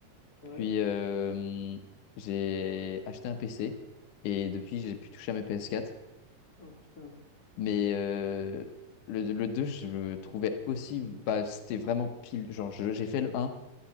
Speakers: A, on the left (about 45°); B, on the left (about 80°).
A: Ouais.
B: puis euh, j'ai acheté un PC et depuis, j'ai pu toucher à mes PS4.
A: Oh putain.
B: Mais euh, le, le 2 je le trouvais aussi, bah, c'était vraiment pile. Genre, je- j'ai fait le un